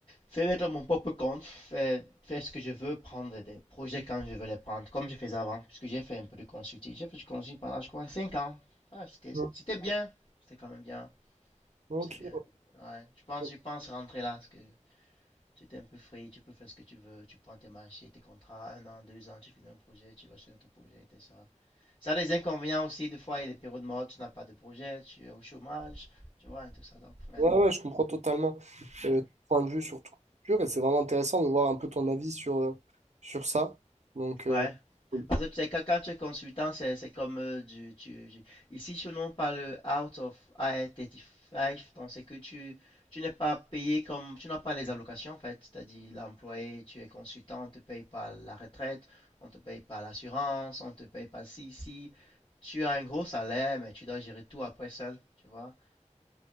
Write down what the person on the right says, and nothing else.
Mm.
Ok.
Mm.
Ouais, ouais, je comprends totalement
euh, ton point de vue sur ton culture et c'est vraiment intéressant de voir un peu ton avis sur, euh, sur ça. Donc, euh,
cool.